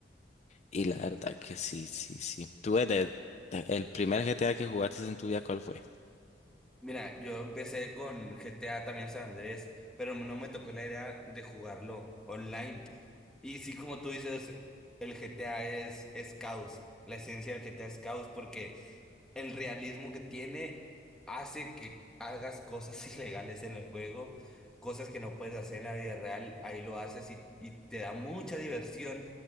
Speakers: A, on the left; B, in the centre.
A: Y la verdad que sí, sí, sí. ¿Tú desde de- el primer GTA que jugaste en tu vida, cuál fue?
B: Mira, yo empecé con GTA también San Andrés, pero no me tocó la idea de jugarlo online. Y sí, como tú dices, el GTA es, es caos. La esencia del GTA es caos porque el realismo que tiene hace que hagas cosas <laughs> ilegales en el juego, cosas que no puedes hacer en la vida real, ahí lo haces y, y te da mucha diversión,